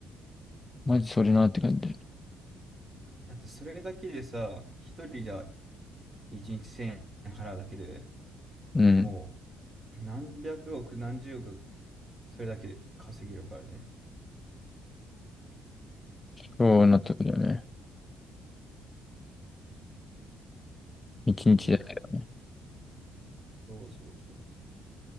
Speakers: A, on the left; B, on the right.
A: マジそれなって感じ
B: だって、それだけでさ、一人じゃ一日千円払うだけで、
A: うん。
B: もう、何百億、何十億、それだけで稼げるからね。
A: そうなったけどね。一日で。
B: そうそうそうそう。